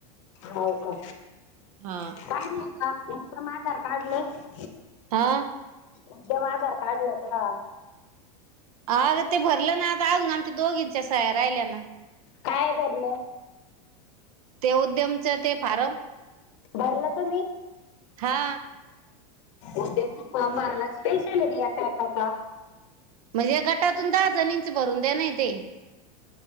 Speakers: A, on the left; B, on the right.
A: हो का?
B: हा
A: काढलं का उत्तम आजार काढलं? <inaudible>
B: हा?
A: मध्यम आधार कार्डला का?
B: अग ते भरलं ना आता अजून आमच्या दोघ इंच्या साहायार राहिल्या ना
A: काय भरलं
B: ते उद्यमच ते फारम
A: भरलं तुम्ही
B: हा
A: उदयमचा फॉर्म भरलाच पैशे आलं एका एकाचा
B: म्हणजे गटातून दहा जण इंच भरून द्या नाही ते